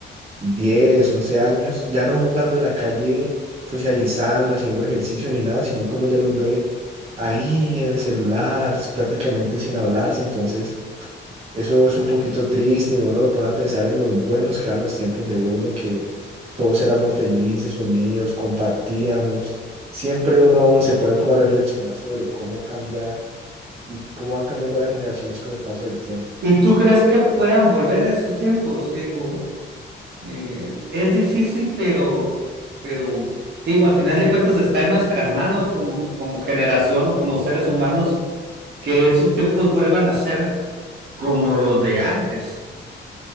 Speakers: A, on the right; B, on the right.
A: 10, 11 años, ya no jugando en la calle, socializando, haciendo ejercicio ni nada, sino que uno ya los ve ahí en el celular, es prácticamente sin hablarse. Entonces, eso es un poquito triste y uno lo pone a pensar en los buenos que eran los tiempos de uno, que todos éramos felices, unidos, compartíamos. Siempre uno se pone como a reflexionar sobre cómo cambia y cómo van cambiando las generaciones con el paso del tiempo.
B: ¿Y tú crees que puedan volver a esos tiempos? Digo, eh, es difícil, pero, pero digo, al final de cuentas está en nuestras manos como, como generación o como seres humanos que esos tiempos vuelvan a ser como los de antes.